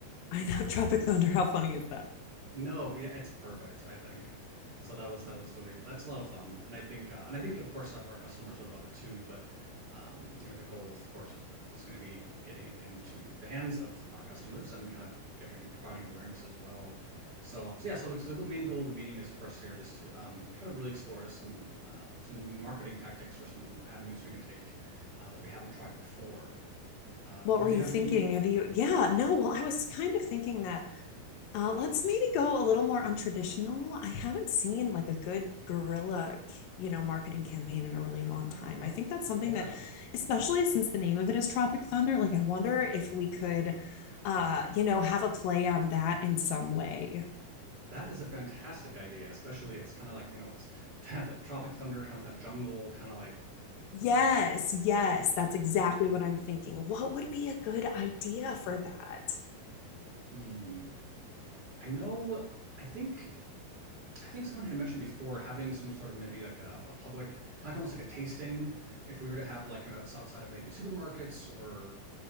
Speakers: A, on the left; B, on the right.
A: I know <laughs> Tropic Thunder. How funny is that?
B: No, yeah, it's perfect, I think. So that was that was really that's a lot of fun, and I think uh, and I think of course our, our customers would love it too. But um, you know the goal of course is going to be getting it into the hands of our customers and kind of giving providing awareness as well. So, um, so yeah, so the, so the main goal of the meeting is of course here just to um, kind of really explore just some uh, some new marketing tactics or some avenues we can take uh, that we haven't tried before. Uh,
A: What
B: did
A: were you
B: you have
A: thinking?
B: any?
A: Have you? Yeah. No. Well, I was kind of thinking that. Uh, let's maybe go a little more untraditional. I haven't seen like a good guerrilla, you know, marketing campaign in a really long
B: Oh,
A: time. I think that's something
B: yeah.
A: that, especially since the name of it is Tropic Thunder, like I wonder if we could, uh, you know, have a play on that in some way.
B: That is a fantastic idea, especially it's kind of like, you know, it's <laughs> to have that Tropic Thunder, kind of like that jungle, kind of like,
A: Yes,
B: um,
A: yes, that's exactly what I'm thinking. What would be a good idea for that?
B: hmm. I know, I think, I think someone had mentioned before having some sort of maybe like a, a public, kind of like almost like a tasting. If we were to have like, you know, it's outside of maybe supermarkets or